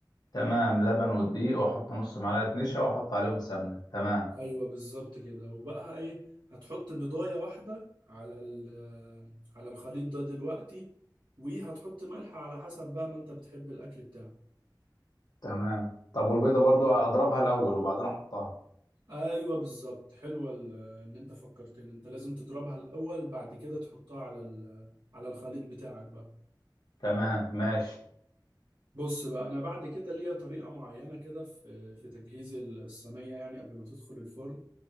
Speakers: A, on the left (about 60°); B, on the right (about 75°).
A: تمام لبن والدقيق واحط نص معلقه نشا واحط عليهم سمنه تمام
B: ايوه بالظبط كده وبقى ايه هتحط بيضاية واحدة على ال- على الخليط ده دلوقتي وهتحط ملح على حسب بقى ما انت بتحب الاكل بتاعك
A: تمام طب والبيضه برضو اضربها الاول وبعدين احطها
B: ايوه بالظبط حلوه ال- ان انت فكرتني انت لازم تضربها الاول بعد كده تحطها على ال- على الخليط بتاعك بقى
A: تمام ماشي
B: بص بقى انا بعد كده ليا طريقه معينه كده في في تجهيز الصينيه يعني قبل ما تدخل الفرن